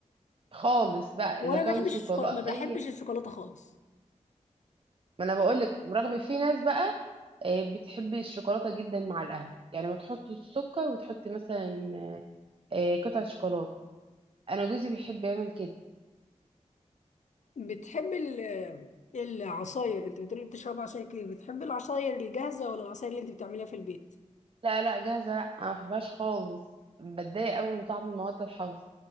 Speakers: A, on the right; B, on the left.
A: خالص بقى
B: هو
A: اذا
B: انا
A: كان
B: ما بحبش
A: شوكولاته
B: الشوكولاته ما بحبش
A: اي
B: الشوكولاته خالص
A: ما انا بقول لك برغم في ناس بقى آه، بتحب الشوكولاته جدا مع القهوه يعني ما تحط السكر وتحط مثلا آه، قطعه شوكولاته انا جوزي بيحب يعمل كده
B: بتحب ال- العصاير انت بتقولي بتشرب عصاير كتير بتحب العصاير الجاهزة ولا العصاير اللي انت بتعمليها في البيت
A: لا لا جاهزه لا انا ما بحبهاش خالص بتضايق قوي من طعم المواد الحافظه